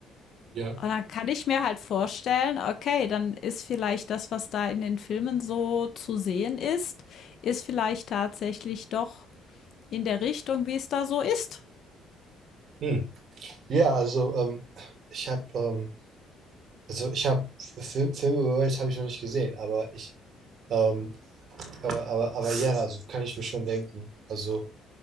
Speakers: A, on the right (about 55°); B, on the left (about 60°).
A: Ja.
B: Und dann kann ich mir halt vorstellen, okay, dann ist vielleicht das, was da in den Filmen so zu sehen ist, ist vielleicht tatsächlich doch in der Richtung, wie es da so ist.
A: Hm. Ja, also ähm, ich habe ähm, also ich habe Film, Filme über Wales habe ich noch nicht gesehen, aber ich ähm, aber aber aber ja, also kann ich mir schon denken. Also